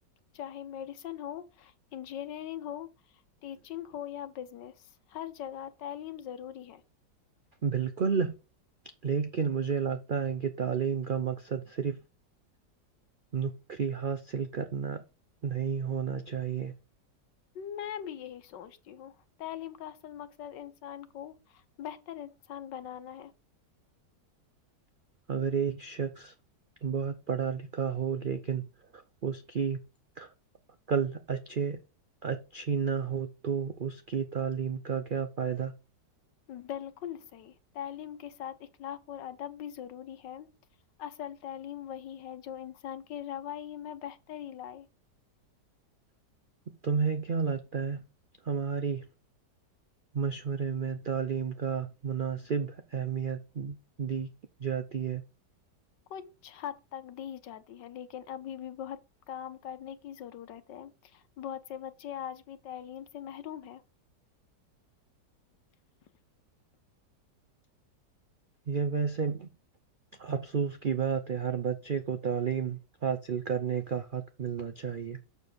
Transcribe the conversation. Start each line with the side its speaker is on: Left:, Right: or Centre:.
Left: چاہے میڈیسن ہو انجینئرنگ ہو <unintelligible> ٹیچنگ ہو یا بزنس <unintelligible> ہر جگہ تعلیم ضروری ہے <unintelligible>
Right: بالکل لیکن مجھے لگتا ہے کہ تعلیم کا مقصد صرف نکری حاصل کرنا نہیں ہونا چاہیے <unintelligible>
Left: میں بھی یہی سوچتی ہوں تعلیم کا اصل مقصد انسان کو بہتر انسان بنانا ہے <unintelligible>
Right: اگر ایک شخص بہت پڑھا لکھا <unintelligible> ہو لیکن اس کی <unintelligible> کل اچھے اچھی نہ ہو تو اس کی تعلیم کا کیا فائدہ <unintelligible>
Left: بالکل صحیح تعلیم کے ساتھ اخلاق اور ادب بھی ضروری ہے اصل تعلیم وہی ہے جو انسان کے روی میں بہتری لائے <unintelligible>
Right: تمہیں کیا لگتا ہے ہماری مشورے میں تعلیم کا مناسب اہمیت دی جاتی ہے <unintelligible>
Left: کچھ حد تک دی جاتی ہے لیکن ابھی بھی بہت کام کرنے کی ضرورت ہے بہت سے بچے آج بھی تعلیم سے محروم ہے <unintelligible>
Right: یہ ویسے افسوس کی بات ہے ہر بچے کو تعلیم حاصل کرنے کا حق ملنا چاہیے